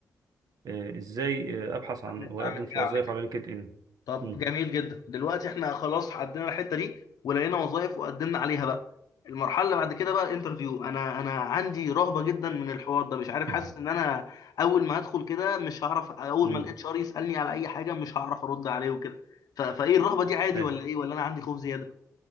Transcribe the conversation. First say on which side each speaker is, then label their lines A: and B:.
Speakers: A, on the right; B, on the left.
A: آه، ازاي آه، ابحث عن
B: اعمل
A: واقدم
B: اعمل ايه
A: في وظائف
B: عليك
A: على لينكد ان
B: طب
A: مم.
B: جميل جدا دلوقتي احنا خلاص عدينا الحته دي ولقينا وظائف وقدمنا عليها بقى المرحله اللي بعد كده بقى الانترفيو انا انا عندي رهبه جدا من الحوار ده مش عارف حاسس
A: <laughs>
B: ان انا اول ما هدخل كده مش هعرف اول
A: مم.
B: ما الاتش ار يسالني على اي حاجه مش هعرف ارد عليه وكده ف- فايه الرهبه دي عادي
A: أي.
B: ولا ايه ولا انا عندي خوف زياده